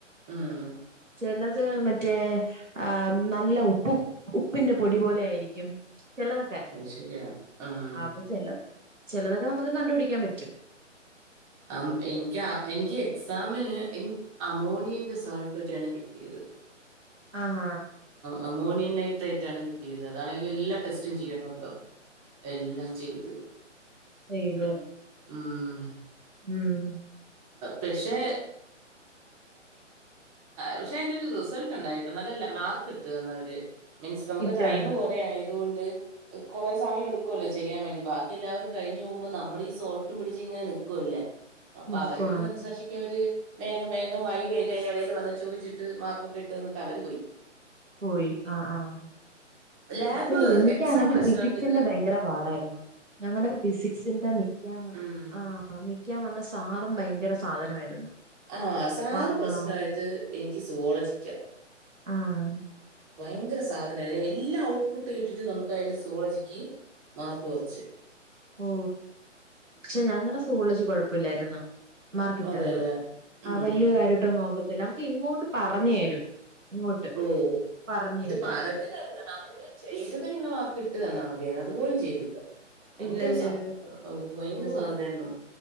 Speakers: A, on the right; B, on the right.
A: ഉം
B: ചിലത് മറ്റേ ആ നല്ല ഉപ്പ് ഉപ്പിന്റെ പൊടി പോലെ ആയിരിക്കും ചിലതൊക്കെ
A: അത് ശരിയാ ഉം.
B: അ അപ്പൊ ച ചിലതൊക്കെ നമുക്ക് കണ്ടുപിടിക്കാൻ പറ്റും.
A: അ എനിക്ക് എനിക്ക് എക്സാമിന് എ അമോണിയന്റെ സൾട്ട് ഒറ്റെയാണ് കിട്ടിയത്
B: അ ഹ
A: ആ മോണിയൻ നൈട്രൈറ്റ് ആാണ് ത് അതാണെങ്കിൽ എല്ലാ ടെസ്റ്റും ചെയ്യണല്ലോ എല്ലാം ചെയ്ത്
B: ചെയത്
A: ഉം
B: ഉം
A: പക്ഷെ പക്ഷെ അതിന്റെ ഒരു റിസൾട്ട് ഉണ്ടായിട്ടോ നല്ല മാർക്ക് ഇട്ടു തന്നവര് മീൻസ് നമുക്ക്
B: ഇട്ടന്ന്
A: ടൈമ കുറയ അതുകൊണ്ട് കുറെേ സമയ എടുക്കുമല്ലോ ചെയ്യാൻ വേണ്ടി ബാക്കി. എല്ലാവരും കഴിഞ്ഞു പോകുമ്പോ നമ്മ ഈ സോൾട്ട് പിടിച്ച ങ്ങനെ നക്കുവല്ലേ അപ്പൊ
B: നിക്കുവാണ്
A: അവരുടെരു മനസ്സാക്ഷിക്ക് അവര് വേഗം വേഗം വൈ വേഗനിടൽ വ ചോദിച്ചിട്ട് മാർക്കൊക്കെ ഇട്ട്ന്നിട്ട് അവര് പോയി
B: പോയി ആഹ് ആഹ്
A: ലാബ്
B: പക്ഷെ എനിക്കാണെങ്കിൽ
A: എക്സാം പ്രശ്നമാക്കിയത്
B: സിഫിക്സിന്റെ ഭയങ്കര പാടായിരുന്നു ഞങ്ങളടെ ഫിസിക്സിന്റെ നിക്കൻ
A: ഉം
B: ആ നിക്കാൻ വന്ന സ ഭയങ്കര സാധനമായിരുന്നു
A: ആഹ സാറ്
B: ആഹ്
A: പ്രശ്ന ആത് എനിക്ക് സുവോള ചിക്കാം
B: ആഹ്
A: ഭയങ്കര സാധനല്ല എല്ലാ ഔട്ട്പുട്ട് കിട്ടിട്ടും നമുക്ക് അൽ സോളജിക്ക് മാ കോർച്ച്
B: ഓ പക്ഷെ ഞങ്ങളടെ സുവോളജി കൊഴപ്പില്ലായിരുന്ന് മാർക്കിറ്റ്ാന്ന്
A: അതെല്ലേ
B: ആ
A: ഉം
B: വല്യ കാര്യോട്ടൊ നോക്കത്തില്ല നമുക്ക് ഇങ്ങോട്ട് പറഞ്ഞു തരും ഇങ്ങോട്ട്
A: ഓ
B: പറഞ്ഞു
A: ഇത്
B: തരും
A: പറഞ്ഞു തരുന്ന നമ്മള് ചെയ്തതിനുള്ള മാർക്ക് ഇട്ട് തന്നാൽ മതിയായിരുന്നു അതുപോലും ചെയ്തില്ല ഭയങ്കര
B: ഇല്ലല്ലേ
A: സാധന ഭയങ്കര
B: ഓഹ്
A: സാധനമായിരുന്നു